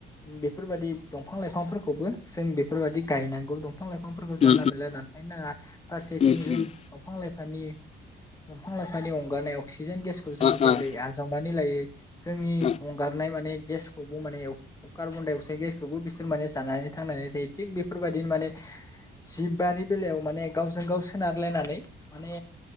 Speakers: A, on the left; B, on the left.
A: बेफोरबायदि दंफां लाइफांफोरखौबो जों बेफोरबायदि गायनांगौ दंफां लाइफां दंफांफोरखौ जानला-मानला
B: उम
A: दानफायानो नाङा फारसेथिं
B: उम
A: जों
B: उम
A: दंफां लाइफां दंफां लाइफांनि अंगारनाय अक्सि सिक्सिजेन गेसखौ जों
B: ओ
A: जेरै
B: ओ
A: आजावनानै लायो जोंनि
B: उम नंगौ थारैनो उम
A: हंगारनाय माने गेस खौबो माने कार्बन डाइ अक्साइद गेसखौबो बिसोर माने जानानै थांनानै थायो थिग बेफोरबायदिनो माने सिब बानि बेलायाव माने गावजों गाव सोनारलायनानै माने